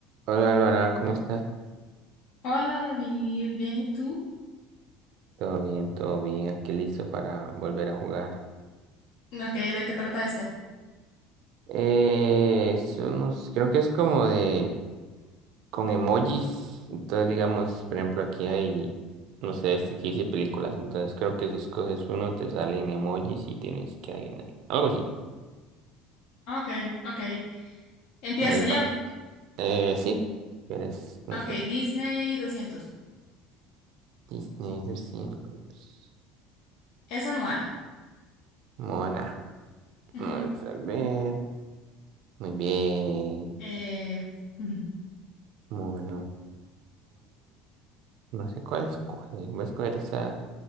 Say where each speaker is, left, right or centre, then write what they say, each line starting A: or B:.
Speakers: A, on the right; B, on the left.
A: Hola Alvarado, ¿cómo estás?
B: Hola David, ¿bien y tú?
A: Todo bien, todo bien, aquí listo para volver a jugar.
B: Ok, ¿de qué trata este?
A: Eh, es unos, creo que es como de, con emojis, entonces digamos, por ejemplo, aquí hay, no sé, este que dice películas, entonces creo que si escoges uno te salen emojis y tienes que adivinar, algo así,
B: Ok, ok. Empiezo
A: ahí vamos.
B: yo.
A: Eh, sí, quieres, no
B: Ok,
A: sé,
B: Disney 200.
A: Disney 200,
B: Esa es Moana.
A: Moana,
B: Ujú.
A: vamos a ver, muy bien,
B: Eh, ujú.
A: Moana. No sé cuál escoger. Voy a escoger esa